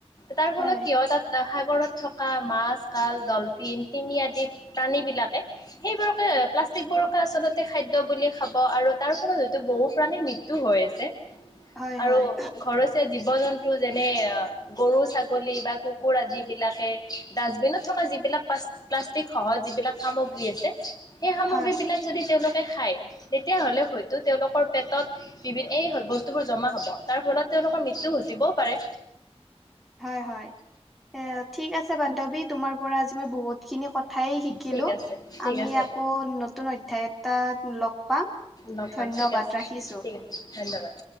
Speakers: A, on the left; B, in the centre.
A: তাৰ ফলত
B: হয়
A: কিয় তাত সাগৰত থকা মাছ কাজ ডলফিন তিনি আদি প্ৰাণী বিলাকে সেইবোৰাকে প্লাষ্টিক বৰকা আচলতে খাদ্য বুলি খাব আৰু তাৰ ফলত হয়তো বহু প্ৰাণে মৃত্যু হৈ আছে
B: হয়
A: আৰু
B: হয়
A: ঘৰচ জীৱ জন্তু। যেনে গৰু ছাগলী বা কুকুৰ আদ বিলাকে ডাষ্টবিনত থকা যিবিলাক প্লা প্লাষ্টিক সহ যিবিলাক সামগ্ৰী আছে সেই সামগ্ৰী
B: হয়
A: বিলাক যদি তেওঁলোকে খায় তেতিয়া হলে হয়তো তেওঁলোকৰ পেটত বিভিন্ এই বস্তুবোৰ জমা হ'ব তাৰ ফলত তেওঁলোকৰ মৃত্যু ঘটিবও পাৰে
B: হয় হয় ঠিক আছে বান্ধৱী তোমাৰ পৰাজি ম বুত ঠাই শিকিলো
A: ঠিক আছে ঠিক
B: আমি
A: আছে
B: আকৌ নতুন অধ্যায় এটা লগ পাম
A: লগ পাম
B: ধন্যবাদ
A: ঠিক আছে
B: ৰাখিছোঁ
A: ঠিক আছে ধন্যবাদ।